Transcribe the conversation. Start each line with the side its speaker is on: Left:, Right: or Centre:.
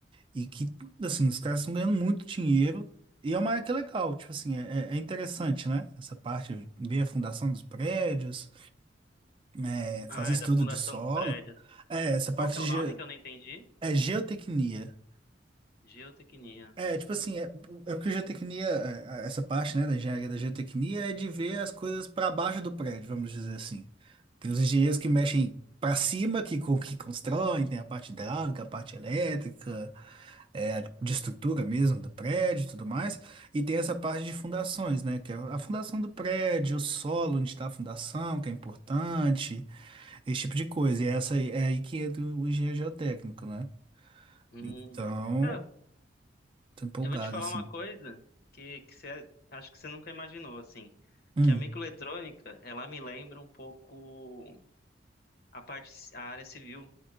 Right: e que, assim, os caras estão ganhando muito dinheiro. E é uma área que é legal, tipo assim, é, é é interessante, né? Essa parte, ver a fundação dos prédios, é,
Left: Ah,
Right: fazer estudo
Left: é da Fundação
Right: de solo.
Left: dos Prédios.
Right: É, essa parte
Left: Qual que é
Right: de
Left: o nome
Right: ge-
Left: que eu não entendi?
Right: é geotecnia.
Left: Geotecnia.
Right: É, tipo assim, é, é o que a geotecnia, é, é, essa parte, né, da engenharia da geotecnia é de ver as coisas para baixo do prédio, vamos dizer assim. Tem os engenheiros que mexem para cima, que, con- que constroem, tem a parte hidráulica, a parte elétrica, é, de estrutura mesmo do prédio e tudo mais. E tem essa parte de fundações, né, que é a fundação do prédio, o solo onde está a fundação, que é importante, esse tipo de coisa. E é essa aí- é aí que entra o engenheiro geotécnico, né?
Left: Hum.
Right: Então,
Left: Cara,
Right: tô empolgado,
Left: eu vou te falar
Right: assim.
Left: uma coisa que, que você, acho que você nunca imaginou, assim,
Right: Hum.
Left: que a microeletrônica, ela me lembra um pouco a parte, a área civil,